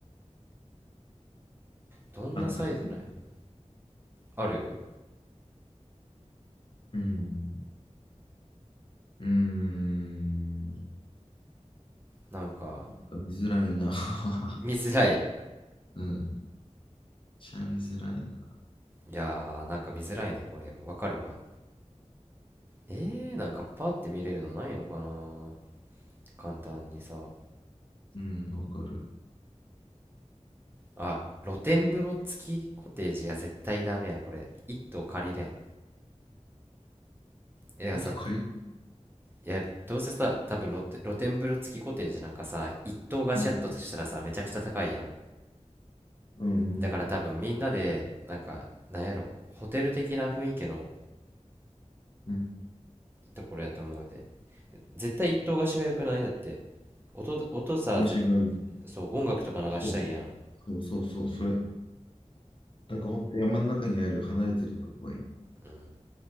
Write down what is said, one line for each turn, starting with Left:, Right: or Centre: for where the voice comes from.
Right: どんなサイズなんやろ
Left: あった。
Right: ある
Left: うん。うーん。なん
Right: なんか
Left: か見づらいな。<laughs>
Right: 見づらいい
Left: うん。しゃみづらいな。
Right: やーなんか見づらいなこれわかるわえー、なんかパーって見れるのないのかな簡単にさ
Left: うん。わかる。
Right: あ露天風呂付きコテージいや絶対ダメやこれ一棟借りれんいやさ
Left: 糸と、借りる、
Right: いやどうせさ多分露天露天風呂付きコテージなんかさ一棟貸しやったとしたらさめちゃくちゃ高いやん
Left: うん。うん。うん。
Right: だから多分みんなでなんかなんやろホテル的な雰囲気の
Left: うん
Right: ところやと思うで絶対一棟貸しが良くないだって音だ、音さぜ
Left: 場所がいい。
Right: そう音楽とか流したいやん
Left: そう。そうそうそう。それ。なんかほんと山の中にある離れてるとこがいい。
Right: うん